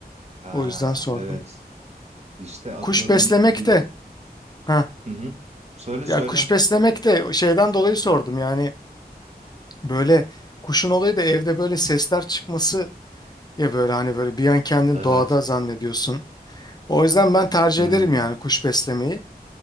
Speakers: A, on the right; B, on the left.
A: Ha
B: O yüzden sordum.
A: evet işte atıyorum
B: Kuş beslemek
A: bir
B: de ha
A: Hı hı. Söyle söyle.
B: ya kuş beslemek de o şeyden dolayı sordum. Yani böyle kuşun olayı da evde böyle sesler çıkması ya böyle hani böyle bir an kendini
A: Evet.
B: doğada zannediyorsun. O yüzden ben tercih
A: Hmm,
B: ederim yani kuş beslemeyi.